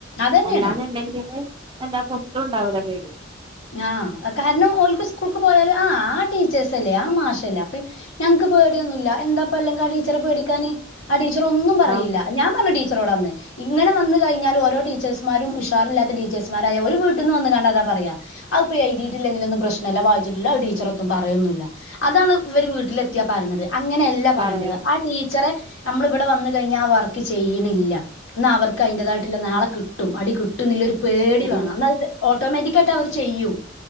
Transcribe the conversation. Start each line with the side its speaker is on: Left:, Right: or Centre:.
Left: അതന്നെയാണ്
Right: അല്ലാന്നുണ്ടെങ്കില് എല്ലാ പൊത്തും ഉണ്ടാവല്ലോ പേടി
Left: ആ, കാരണം ഓൾക്ക് സ്കൂൾക്ക് പോയാലും, ആ ആ ടീച്ചേഴ്സ് അല്ലേ, ആ മാഷല്ലേ ഞങ്ങക്ക് പേടിയൊന്നുമില്ല, എന്താപ്പല്ലെങ്കി ആ ടീച്ചറെ പേടിക്കാന്, ആ ടച്ചെ റെ ടീച്ചർ ഒന്നും പറയില്ല,
Right: ആ
Left: ഞാൻ പറഞ്ഞുടീച്ചറോട് അന്ന് ഇങ്ങനെ വന്ന് കഴിഞ്ഞാൽ ഓരോ ടീച്ചേഴ്സ്മാരും ഉഷാറില്ലാത്ത ടീച്ചേഴ്സ്മാരായ, ഒരു വീട്ടിന്ന് വന്ന് കണ്ടാ അതാ പറയുക. അത്പ്പോയി എഴുതിട്ടില്ലെങ്കിൽ ഒന്നും പ്രശ്നം ഇന്നലെ വായിച്ചിട്ടില്ല ഒരു ടീച്ചറൊന്നും പറയൊന്നുമില്ല, അതാണ് ഇവര് വീട്ടിലെത്തിയാ പറയണത്. അങ്ങനെയല്ല പറയേണ്ടത്
Right: പറയാം
Left: ആ ടീച്ചറെ നമ്മളിവിടെ വന്ന കഴിഞ്ഞ ആ വർക്ക് ചെയ്യണില്ല ന്നാ അവർക്ക് അതിന്റേതായിട്ടുള്ള നാളെ കിട്ടും, അടി കിട്ടും ന്നെരു പേടി
Right: അത്
Left: വേണം എന്നാലത് ഓട്ടോമാറ്റിക് ആയിട്ട് അവർ ചെയ്യൂ